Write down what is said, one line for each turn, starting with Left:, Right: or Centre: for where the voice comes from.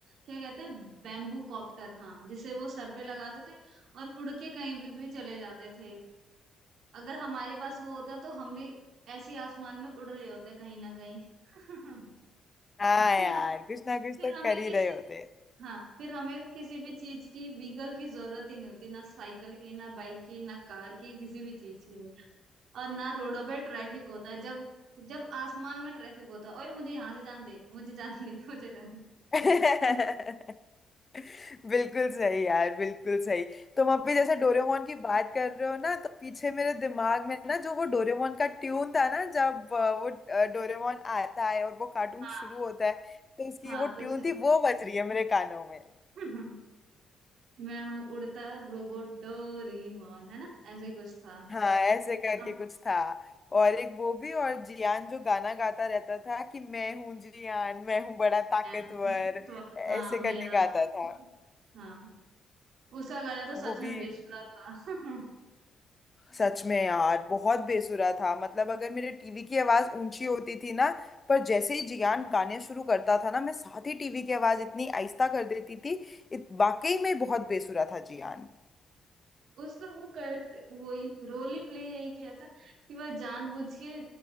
Right: क्या कहते हैं बैम्बू कॉप्टर हाँ जिसे वो सर पे लगाते थे और उड़ के कहीं भी भी चले जाते थे अगर हमारे पास वो होता तो हम भी ऐसे ही आसमान में उड़ रहे होते कहीं ना कहीं <laughs>
Left: हाँ
Right: फिर
Left: यार
Right: हम
Left: कुछ ना कुछ
Right: फिर
Left: तो
Right: हमें
Left: कर ही
Right: किसी
Left: रहे होते
Right: हाँ फिर हमें किसी भी चीज की व्हीकल की जरूरत ही नहीं होती ना साइकिल की ना बाइक की ना कार की किसी भी चीज की नहीं और ना रोडों पे ट्रैफिक होता है जब जब आसमान में ट्रैफिक होता है ओए मुझे यहाँ से जान दे मुझे जान दे <laughs> मुझे जान दे
Left: हैं। <laughs> बिल्कुल सही यार बिल्कुल सही तुम अभी
Right: <laughs>
Left: जैसे डोरेमोन की बात कर रहे हो ना तो पीछे मेरे दिमाग में ना जो वो डोरेमोन का ट्यून था ना जब अ, वो अ, डोरेमोन आता है और वो कार्टून
Right: हाँ
Left: शुरू होता है तो उसकी
Right: हाँ
Left: वो
Right: तो
Left: ट्यून
Right: से
Left: थी वो बज रही है मेरे कानों में
Right: <laughs> मैं हूँ उड़ता रोबोट डोरीमोन है ना ऐसे ही कुछ था <laughs>
Left: हाँ ऐसे करके
Right: अब
Left: कुछ था और एक वो भी और जियान जो गाना गाता रहता था कि मैं हूँ जियान मैं हूँ बड़ा
Right: मैं-
Left: ताकतवर
Right: तो- हाँ
Left: ऐसे
Right: मेरा
Left: करके
Right: नाम
Left: गाता था
Right: हाँ उसका गला तो
Left: वो
Right: सच में
Left: भी
Right: बेसुरा था <laughs>
Left: सच में यार बहुत बेसुरा था मतलब अगर मेरे टीवी की आवाज ऊंची होती थी ना पर जैसे ही जियान गाने शुरू करता था ना मैं साथ ही टीवी की आवाज इतनी आहिस्ता कर देती थी इत, वाकई में बहुत बेसुरा था जियान
Right: उसका वो करेक्ट वही रोल ही प्ले यही किया था कि वह जानबूझ के